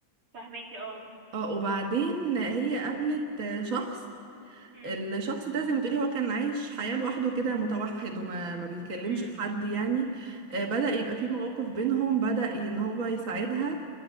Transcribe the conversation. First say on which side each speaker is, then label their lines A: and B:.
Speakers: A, on the right; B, on the right.
A: فهماكي اه
B: اه وبعدين هي قابلت آه، شخص
A: امم
B: الشخص ده زي ما تقولي هو كان عايش حياة لوحده كده متوحد وما ما بيكلمش
A: امم
B: حد يعني آه، بدأ يبقى
A: امم
B: في مواقف بينهم بدأ ان هو يساعدها